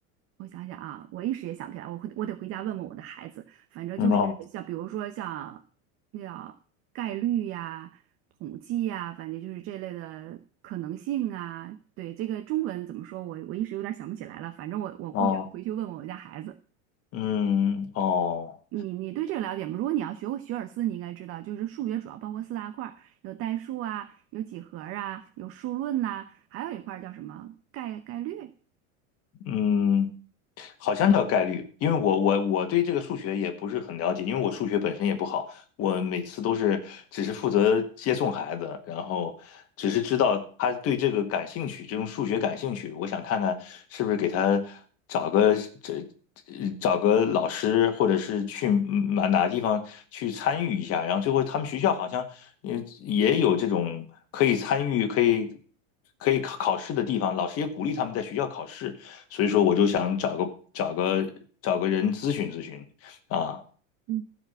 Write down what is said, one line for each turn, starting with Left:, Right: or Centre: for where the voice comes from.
Right: 我想想啊，我一时也想不起来，我回我得回家问问我的孩子。反正就是像比如说像那叫概率呀、
Left: 嗯哦
Right: 统计呀，反正就是这类的可能性啊。对，这个中文怎么说，我我一时有点想不起来了，反正我我估计要回去问问我家孩子。
Left: 哦，嗯哦
Right: 你你对这个了解吗？如果你要学过学而思，你应该知道，就是数学主要包括四大块儿，有代数啊，有几何啊，有数论呐、还有一块儿叫什么概概率。
Left: 嗯。好像叫概率，因为我我我对这个数学也不是很了解，因为我数学本身也不好，我每次都是只是负责接送孩子，然后只是知道他对这个感兴趣，这种数学感兴趣，我想看看是不是给他找个这呃找个老师，或者是去嗯哪哪个地方去参与一下，然后最后他们学校好像嗯也有这种可以参与可以。可以考考试的地方，老师也鼓励他们在学校考试，所以说我就想找个找个找个人咨询咨询啊，
Right: 嗯，